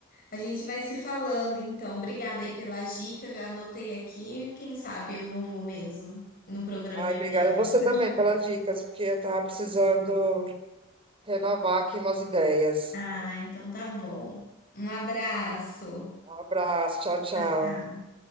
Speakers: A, on the left; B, on the right.
A: A gente vai se falando, então. Obrigada aí pelas dicas, já anotei aqui. Quem sabe eu não vou mesmo no programa
B: Ai,
A: Minha
B: obrigada
A: Viagem
B: você
A: pra
B: também
A: Chapecó.
B: pelas dicas, porque eu tava precisando renovar aqui umas ideias.
A: Ah, então tá bom. Um abraço.
B: Um abraço, tchau, tchau.
A: Tchau, tchau.